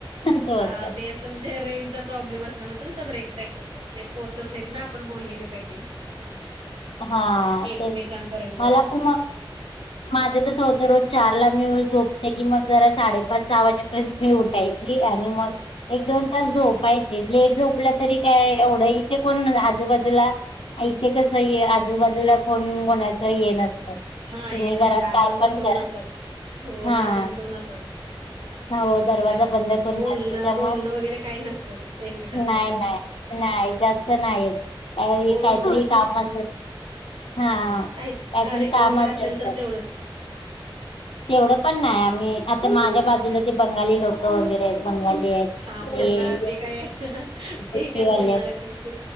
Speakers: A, on the left (about 85°); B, on the right (about 90°).
A: असं होतंय.
B: हा ते असं म्हणजे रेनचा प्रॉब्लेम असला म्हणजे तसं ब्रेक ब्रेकत ते पोहोचत नाहीत ना आपण बोललेले कधी
A: हा
B: एकमेकांपर्यंत.
A: तेच मला पण मग माझं कसं होतं रोज चारला मी झोपते की मग जरा साडेपाच सहा वाजेपर्यंत मी उठायची आणि मग एक दोन तास झोपायचे लेट झोपलं तरी काय एवढं इथे कोण आजूबाजूला? इथे कस ये आजूबाजूला कोण कोणाचं हे नसतं
B: हा
A: तुम्ही
B: ये नस
A: घरात
B: दारबंद
A: काय पण
B: करून
A: करा
B: असतात हो
A: हा
B: दारबंद करून असातात.
A: हो दरवाजा
B: तर
A: बंद करून
B: बोलणं
A: असतं त्यामुळे
B: बोलणं वगैरे काही नसतंच एकमेकांसोबत
A: नाही नाही नाही जास्त नाहीच
B: ओळखच
A: काहीतरी कामा
B: नसते म्हणजे
A: हा काहीतरी
B: काही कार्यक्रम
A: काम
B: वगैरे
A: असतात?
B: असेल तर तेवढंच.
A: तेवढं पण नाही आम्ही आता माझ्या बाजूला ते बंगाली लोक वगैरे आहेत बंगाली आहेत
B: हा मग
A: ते
B: त्यांना काय ते
A: कीवाले
B: काय बोलणार
A: आहेत?
B: आहे तुम्ही.